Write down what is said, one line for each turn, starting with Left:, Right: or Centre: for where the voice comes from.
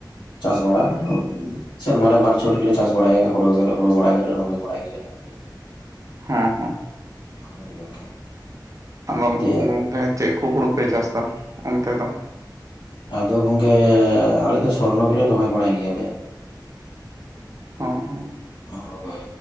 Left: ᱪᱟᱥ ᱵᱟᱲᱟ ᱥᱮᱨᱢᱟ ᱨᱮ ᱵᱟᱨ ᱪᱷᱚᱴ ᱜᱮᱞᱮ ᱪᱟᱥ ᱵᱟᱲᱟᱭᱟ ᱦᱩᱲᱩ ᱦᱩᱲᱩ ᱜᱚᱰᱟ ᱜᱮᱞᱮ ᱨᱚᱦᱚᱭ ᱵᱟᱲᱟᱭ ᱜᱮᱭᱟ ᱟᱨᱠᱤ।
Right: ᱦᱚᱸ ᱦᱚᱸ।
Left: ᱦᱳᱭ ᱜᱚᱝᱠᱮ।
Right: ᱟᱫᱚ
Left: ᱫᱤᱭᱮ
Right: ᱜᱚᱝᱠᱮ ᱪᱮᱫ ᱠᱚ ᱦᱩᱲᱩ ᱯᱮ ᱪᱟᱥᱫᱟ ᱚᱱᱛᱮ ᱫᱚ?
Left: ᱟᱫᱚ ᱜᱚᱝᱠᱮ ᱟᱞᱮᱫᱚ ᱥᱚᱨᱱᱚ ᱜᱮᱞᱮ ᱨᱚᱦᱚᱭ ᱵᱟᱲᱟᱭ ᱜᱮᱭᱟᱞᱮ।
Right: ᱦᱚᱸ ᱦᱚᱸ।
Left: ᱦᱳᱭ